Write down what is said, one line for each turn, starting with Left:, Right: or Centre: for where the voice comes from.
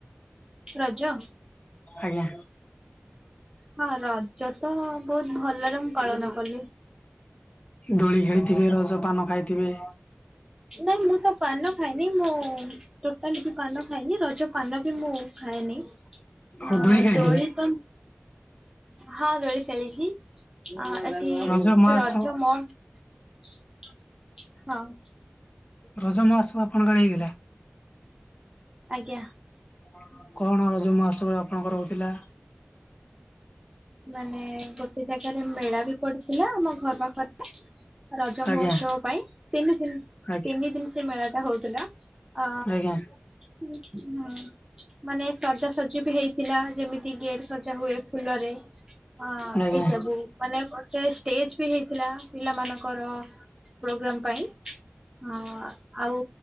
Right: ରଜ।
Left: ଆଜ୍ଞା।
Right: ହଁ ରଜ ତ ବହୁତ ଭଲରେ ମୁଁ ପାଳନ କଲି।
Left: ଦୋଳି ଖେଳିଥିବେ ରଜପାନ ଖାଇଥିବେ।
Right: ନାଇଁ ମୁଁ ତ ପାନ ଖାଇନି ମୁଁ ଟୋଟାଲ ବି ପାନ ଖାଇନି ରଜ ପାନ ବି ମୁଁ ଖାଏନି
Left: ଆଉ
Right: ହଁ
Left: ଖେଳିଥିବେ।
Right: ଦୋଳି ତ ହଁ ଦୋଳି ଖେଳିଚି। ଆ ଏଠି
Left: ରଜ ମହୋତ୍ସବ
Right: ରଜ ମ <unintelligible> ହଁ।
Left: ରଜ <unintelligible> ଆପଣଙ୍କ ଆଡେ ହେଇଗଲା।
Right: ଆଜ୍ଞା
Left: ଆପଣଙ୍କର, କଣ ରଜମହୋତ୍ସବରେ, ଆପଣଙ୍କର ହୋଉଥିଲା?
Right: ମାନେ, ଗୋଟେ ଜାଗାରେ ମେଳା ବି ପଡିଥିଲା, ଆମ ଘର ପାଖରେ-ହେ। ରଜ,
Left: ଆଜ୍ଞା
Right: ମହୋତ୍ସବ ପାଇଁ? ତିନି ଦିନ୍,
Left: ଆଜ୍ଞା
Right: ତିନି ଦିନି ସେ ମେଳା ଟା ହଉଥିଲା, ଅ
Left: ଆଜ୍ଞା
Right: ହୁଁ ହମାନେ, ସଜାସଜି ବି ହେଇ ଥିଲା, ଯେମିତି ଗେଟେ ସଜା ହୁଏ, ଫୁଲରେ ହଁ ଅ
Left: ଆଜ୍ଞା
Right: ଏସବୁ ମାନେ, ଗୋଟେ ଷ୍ଟେଜ ବି ହେଇଥିଲା। ପିଲାମାନଙ୍କର ପ୍ରୋଗ୍ରାମ ପାଇଁ, ଆ ଆଉ